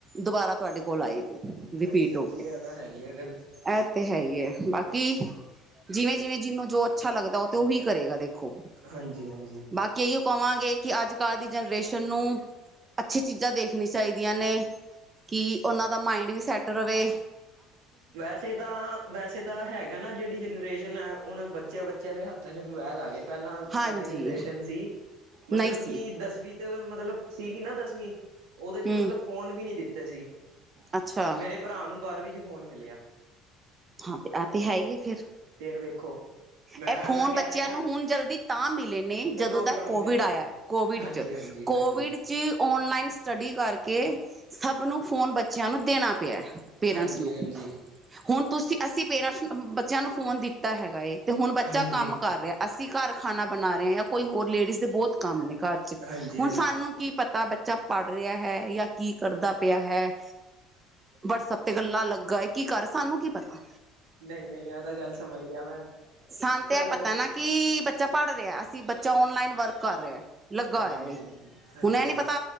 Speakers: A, on the right (about 25°); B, on the right (about 80°).
A: ਦੁਬਾਰਾ ਤੁਹਾਡੇ ਕੋਲ ਆਏਗੀ। ਰਿਪੀਟ
B: ਹਾਂਜੀ ਹਾਂਜੀ
A: ਹੋ ਕੇ।
B: ਇਹ ਤਾਂ ਹੈਗੀ ਆ ਗੱਲ
A: ਇਹ ਤੇ ਹੈ ਹੀ ਹੈ, ਬਾਕੀ ਕਿ ਜਿਵੇਂ ਜਿਵੇਂ ਜਿਹਨੂੰ ਜੋ ਅੱਛਾ ਲੱਗਦਾ ਓ ਤੇ ਉਹੀ ਕਰੇਗਾ ਦੇਖੋ
B: ਹਾਂਜੀ ਹਾਂਜੀ
A: ਬਾਕੀ ਇਹੀਓ ਕਵਾਂਗੇ ਕਿ ਅੱਜ ਕੱਲ੍ਹ ਦੀ ਜਨਰੇਸ਼ਨ ਨੂੰ ਅੱਛੀ ਚੀਜ਼ਾਂ ਦੇਖਣੀ ਚਾਹੀਦੀਆਂ ਨੇ। ਕਿ ਉਹਨਾਂ ਦਾ ਮਾਇੰਡ ਵੀ ਸੈਟ ਰਵੈ
B: ਵੈਸੇ ਤਾਂ ਵੈਸੇ ਤਾਂ ਹੈਗਾ ਨਾ ਜਿਹੜੀ ਜਨਰੇਸ਼ਨ ਹੈ ਹੁਣ ਬੱਚਿਆਂ ਬੱਚਿਆਂ ਦੇ ਹੱਥਾਂ ਚ ਮੋਬਾਇਲ ਆ ਗਏ ਪਹਿਲਾਂ
A: ਹਾਂਜੀ
B: ਸਾਡੀ ਜਨਰੇਸ਼ਨ ਸੀ, ਮਤਲਬ
A: ਨਹੀਂ ਸੀ
B: ਕਿ ਦਸਵੀਂ ਤੇ ਮਤਲਬ ਸੀਗੀ ਨਾ ਦਸਵੀਂ ਉਹਦੇ ਚ
A: ਹਮ
B: ਮਤਲਬ ਫੋਨ ਵੀ ਨੀ ਦਿੱਤੇ ਸੀ।
A: ਅੱਛਾ
B: ਮੇਰੇ ਭਰਾ ਨੂੰ ਬਾਰਵੀ ਚ ਫੋਨ ਮਿਲਿਆ
A: ਹਾਂ ਏ ਤੇ ਹੈ ਹੀ ਏ ਫਿਰ।
B: ਫੇਰ ਵੇਖੋ ਮੈਂ
A: ਇਹ ਫੋਨ
B: ਮੈਂ ਕਹਿ
A: ਬੱਚਿਆਂ
B: ਰਿਹਾ
A: ਨੂੰ ਹੁਣ ਜਲਦੀ ਤਾਂ ਮਿਲੇ ਨੇ ਜਦੋਂ
B: ਲੋਕਡਾਊਨ
A: ਦਾੱ ਕੋਵਿਡ
B: ਕਰਕੇ
A: ਆਇਆ। ਕੋਵਿਡ
B: ਹਾਂਜੀ
A: ਚ,
B: ਹਾਂਜੀ
A: ਕੋਵਿਡ
B: ਹਾਂਜੀ
A: ਚ ਓਨਲਾਈਨ ਸਟੱਡੀ ਕਰਕੇ ਸਭ ਨੂੰ ਫੋਨ ਬੱਚਿਆਂ ਨੂੰ ਦੇਣਾ ਪਿਆ ਪੇਰੈਂਟਸ
B: ਹਾਂਜੀ
A: ਨੂੰ
B: ਹਾਂਜੀ
A: ਹੁਣ ਤੁਸੀਂ ਅਸੀਂ ਪੇਰੈਂਟਸ ਨੂੰ ਬੱਚਿਆਂ ਨੂੰ ਫੋਨ ਦਿੱਤਾ ਹੈਗਾ ਏ ਤੇ ਹੁਣ ਬੱਚਾ
B: ਹਾਂਜੀ,
A: ਕੰਮ ਕਰ ਰਿਹਾ, ਅਸੀਂ ਘਰ ਖਾਣਾ ਬਣਾ ਰਹੇ ਹਾਂ, ਜਾਂ ਕੋਈ ਹੋਰ ਲੇਡੀਜ਼ ਦੇ ਬਹੁਤ ਕੰਮ ਨੇ ਘਰ ਚ
B: ਹਾਂਜੀ,
A: ਹੁਣ
B: ਹਾਂਜੀ।
A: ਸਾਨੂੰ ਕੀ ਪਤਾ ਬੱਚਾ ਪੜ੍ਹ ਰਿਹਾ ਹੈ ਜਾਂ ਕੀ ਕਰਦਾ ਪਿਆ ਹੈ ਵਟਸਐਪ ਤੇ ਗੱਲਾਂ ਲੱਗਾ ਹੈ, ਕੀ ਕਰ ਸਾਨੂੰ ਕੀ ਪਤਾ
B: ਨਹੀਂ- ਨਹੀਂ ਇਹ ਤਾਂ ਗੱਲ ਸਮਝ ਗਿਆ ਮੈਂ
A: ਸਾਨੂ
B: ਕਰ
A: ਤਾ ਇਹ ਪਤਾ ਨਾ ਕਿ ਬੱਚਾ ਪੜ੍ਹ ਰਿਹਾ, ਅਸੀਂ ਬੱਚਾ ਔਨਲਾਈਨ ਵਰਕ ਕਰ ਰਿਹਾ ਲੱਗਾ
B: ਹਾਂਜੀ,
A: ਹੋਇਆ ਵੇ,
B: ਹਾਂਜੀ, ਹਾਂਜੀ।
A: ਹੁਣ ਇਹ ਨੀ ਪਤਾ